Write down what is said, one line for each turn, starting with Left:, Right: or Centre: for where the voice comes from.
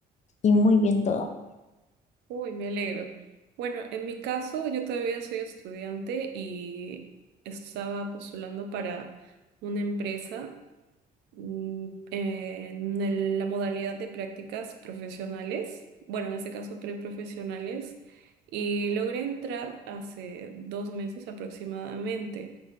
Left: y muy bien todo.
Right: Uy, me alegro. Bueno, en mi caso, yo todavía soy estudiante y estaba postulando para una empresa mm, en el- la modalidad de prácticas profesionales, bueno, en este caso preprofesionales, y logré entrar hace dos meses aproximadamente.